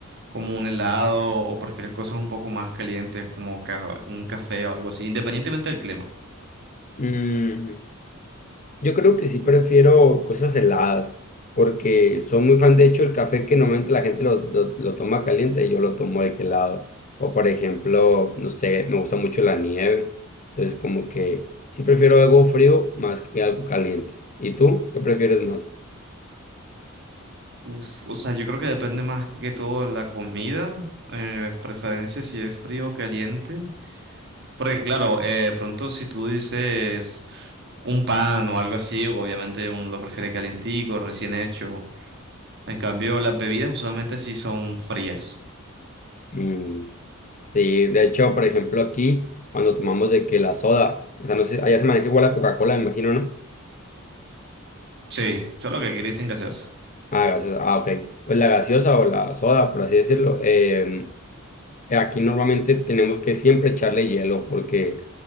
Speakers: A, on the right; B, on the left.
A: como un helado, o prefieres cosas un poco más calientes, como ca- un café o algo así, independientemente del clima?
B: Mm. Yo creo que sí prefiero cosas heladas, porque soy muy fan, de hecho, el café que normalmente la gente lo, lo, lo toma caliente, yo lo tomo de que helado. O por ejemplo, no sé, me gusta mucho la nieve. Entonces, como que sí prefiero algo frío más que algo caliente. ¿Y tú qué prefieres más?
A: Uf, o sea, yo creo que depende más que todo de la comida, eh, preferencia si es frío o caliente. Porque claro, eh, pronto si tú dices un pan o algo así, obviamente uno lo prefiere calientico, recién hecho. En cambio, las bebidas usualmente sí son frías.
B: Mm, sí, de hecho, por ejemplo, aquí, cuando tomamos de que la soda, o sea, no sé, allá se maneja igual la Coca-Cola, me imagino, ¿no?
A: Sí, solo que aquí le dicen gaseosa.
B: Ah, gaseosa, ah, ok. Pues la gaseosa o la soda, por así decirlo. em, Aquí normalmente tenemos que siempre echarle hielo porque